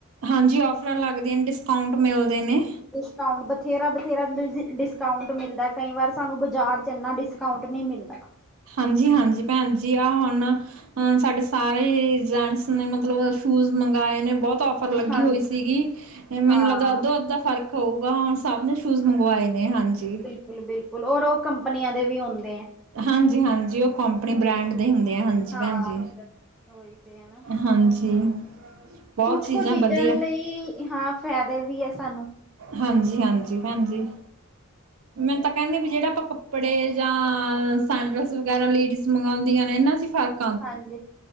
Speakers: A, on the right (about 65°); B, in the centre.
A: ਹਾਂਜੀ ਔਫਰਾਂ ਲੱਗਦੀਆਂ ਨੇ ਡਿਸਕਾਊਂਟ ਮਿਲਦੇ ਨੇ।
B: ਡਿਸਕਾਊਟ ਬਥੇਰਾ-ਬਥੇਰਾ ਡਿਜੀ ਡਿਸਕਾਊਂਟ ਮਿਲਦਾ ਕਈ ਵਾਰ ਸਾਨੂੰ ਬਾਜ਼ਾਰ ਚ ਏਨਾ ਡਿਸਕਾਊਂਟ ਨਈ ਮਿਲਦਾ।
A: ਹਾਂਜੀ-ਹਾਂਜੀ ਭੈਨ ਜੀ ਆ ਹੁਨ ਹੁਨ ਸਾਡੇ ਸਾਰੇ ਜੈਂਟਸ ਨੇ ਮਤਲਬ ਸ਼ੂਜ ਮੰਗਵਾਏ ਨੇ ਬੋਤ ਔ ਔਫਰ ਲੱਗੀ
B: ਹਾਂਜੀ
A: ਹੋਈ ਸੀਗੀ, ਮੈਨੂੰ
B: ਹਾਂ
A: ਲੱਗਦਾ ਅੱਧੋ-ਅੱਧ ਦਾ ਫ਼ਰਕ ਹੋਊਗਾ ਹੁਨ ਸਬ ਨੇ ਸੂਜ ਮੰਗਵਾਏ ਨੇ ਹਾਂਜੀ।
B: ਬਿਲਕੁਲ-ਬਿਲਕੁਲ ਔਰ ਓ ਕੰਪਨੀਆਂ ਦੇ ਵੀ ਹੁੰਦੇ ਐ।
A: ਹਾਂਜੀ-ਹਾਂਜੀ ਓ ਕੰਪਨੀ ਬਰੈਂਡ ਦੇ ਹੁੰਦੇ ਆ ਹਾਂਜੀ
B: ਹਾਂ
A: ਭੈਨ ਜੀ,
B: ਉਹੀ ਤੇ ਹੈ ਨਾ
A: ਹਾਂਜੀ। ਬਹੁਤ
B: ਕੁਛ ਕੁ ਚੀਜ਼ਾਂ
A: ਵਧੀਆ
B: ਲਈ ਹਾਂ ਫੈਦੇ ਵੀ ਐ ਸਾਨੂੰ।
A: ਹਾਂਜੀ-ਹਾਂਜੀ ਭੈਨ ਜੀ, ਮੈ ਤਾਂ ਕੈਨੀ ਆ ਵੀ ਜੇੜੇ ਆਪਾਂ ਕੱ ਕੱਪੜੇ ਜਾਂ ਸੰਗਸ ਵਗੈਰਾ ਲੇਡੀਜ਼ ਮੰਗੌਂਦੀਆਂ ਨੇ ਨਾ ਅਸੀਂ ਫੰਕ-
B: ਹਾਂਜੀ,